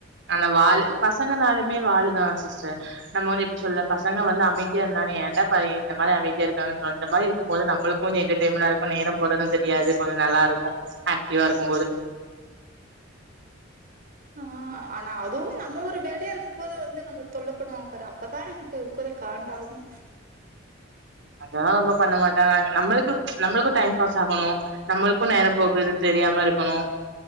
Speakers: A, on the right; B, on the right.
A: ஆனா வாளு பசங்கனாளுமே வாளு தா சிஸ்டர் நம்மோ வந்து எப்டி சொல்ல பசங்க வந்து அமேதியா இருந்தாலு ஏன்டா பை இந்த மாதிரி அமைதியா இருக்காங்கன்ற இந்த மாரிருக்கும் போது நம்ளுக்கு கொஞ்சொ என்டர்டேமனாருக்கு நேரம் போறது தெரியாது கொஞ்சொ நல்லாருக்கு லீவாருக்கும்போது
B: ஆஹ் அனா அதுவும் நம்மோ ஒரு வேலையாருக்கும் போது வந்து நம்ள தொல்லப் பண்ணுவாங்க பாரு அப்பதா எனக்கு இருக்கத காண்டாகு
A: அதெல்லா ரொம்ப பண்ண மாட்டாங்க நம்முளுக்கு நம்மளுக்கு டைம் பாஸாகணு நம்முளுக்கு நேரம் போகுது தெரியாமருக்குணு